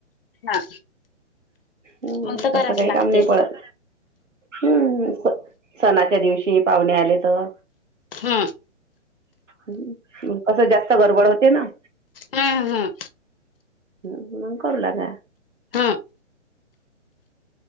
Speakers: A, on the left; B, on the right.
A: हा
B: हम्म
A: मग तर कराच
B: तसं काही
A: लागते
B: काम नाही पडत. हम्म असं सणाच्या दिवशी पाहुणे आले तर
A: हां
B: हम्म म कसं जास्त गडबड होते ना.
A: हम्म हम्म
B: ह म, कररू लागा.
A: हम्म